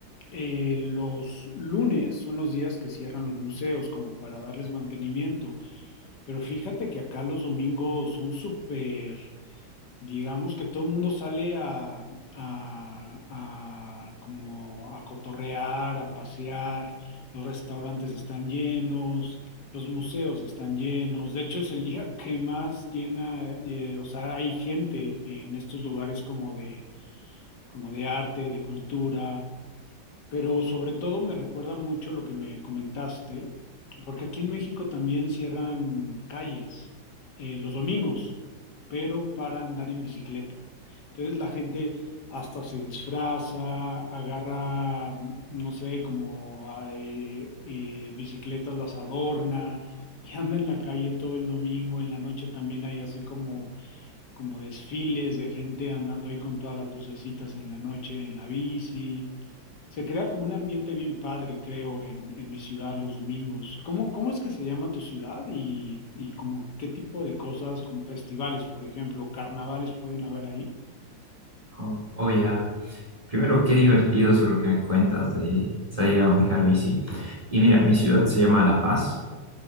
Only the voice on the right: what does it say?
Oh, oh, ya. Primero, qué divertido eso lo que me cuentas de salir a manejar bici. Y mira, mi ciudad se llama La Paz,